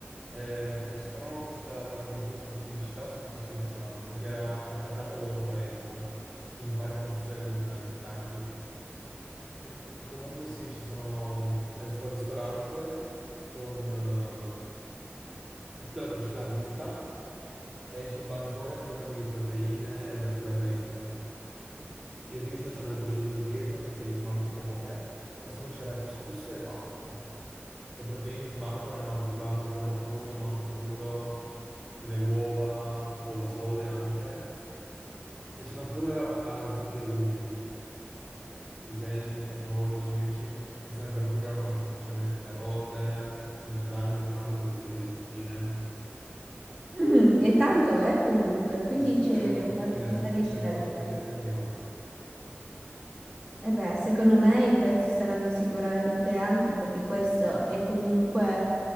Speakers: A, in the centre; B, on the left (about 20°).
A: E mm, stavano questa, a TV questa pubblicità su questo ristorante che era attaccata alla loro palestra, che mi pare fosse un eh, Fit Active. E, e comunque sì, ci sono... eh, sto al ristorante con ehm, tutta la cucina a vista e sul bancone pieno di proteine e verdura fresca. Il riso, c'hanno il cuociriso dietro che ti fanno tipo poké, o se no c'era couscous e pasta. Le proteine sul banco erano di base pollo crudo, manzo crudo, delle uova, uova sode anche. E c'erano pure eh, alcuni legumi. Piselli, fagioli, ceci e come verdura erano semplicemente carote, melanzane, peperoni, quelle cose lì, zucchine.
B: Mm, è tanto, eh, comunque, quindi
A: E secondo
B: c'è
A: me era un'ottima
B: una
A: idea,
B: varietà
A: solo che
B: di
A: non
B: scelte.
A: mi ricordo che prezzi avevano.
B: E beh, secondo me i prezzi saranno sicuramente alti perché questo è comunque